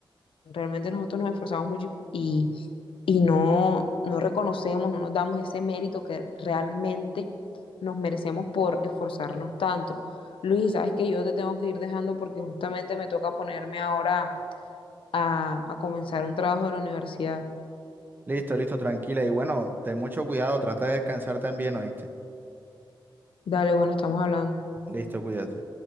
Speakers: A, on the left; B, on the right.
A: Realmente nosotros nos esforzamos mucho y, y no, no reconocemos, no nos damos ese mérito que realmente nos merecemos por esforzarnos tanto. Luis, sabes que yo te tengo que ir dejando porque justamente me toca ponerme ahora a, a comenzar un trabajo de la universidad.
B: Listo, listo, tranquila. Y bueno, ten mucho cuidado, trata de descansar también, ¿oíste?
A: Dale, bueno, estamos hablando.
B: Listo, cuídate.